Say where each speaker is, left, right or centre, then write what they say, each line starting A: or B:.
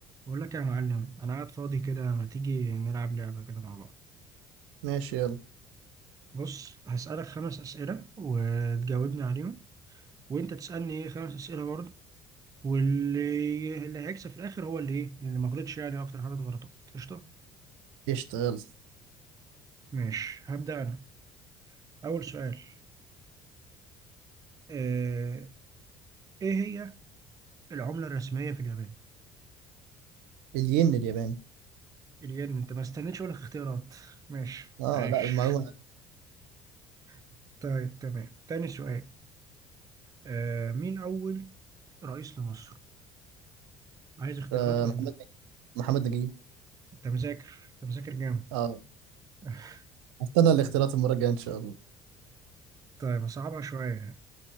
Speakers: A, on the right; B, on the right.
A: بقول لك يا معلم انا قاعد فاضي كده ما تيجي نلعب لعبة كده مع بعض
B: ماشي يلا
A: بص هسألك خمس أسئلة وتجاوبني عليهم وانت تسألني ايه خمس أسئلة برضه واللي اللي هيكسب في الاخر هو اللي ايه اللي ما غلطش يعني اكتر حاجة غلطات قشطة
B: اشتغل
A: ماشي هبدأ انا اول سؤال آه، ايه هي العملة الرسمية في اليابان
B: الين الياباني
A: الين انت ما استنيتش اقول لك اختيارات ماشي
B: اه
A: عاش
B: لا المعلومة
A: <laughs> طيب تمام تاني سؤال آه، مين اول رئيس لمصر عايز اختيارات
B: آه
A: ولا
B: محمد نجيب محمد نجيب
A: انت مذاكر انت مذاكر جامد
B: اه
A: <laughs>
B: هستنى الاختيارات المرة الجاية ان شاء الله
A: طيب صعبة شوية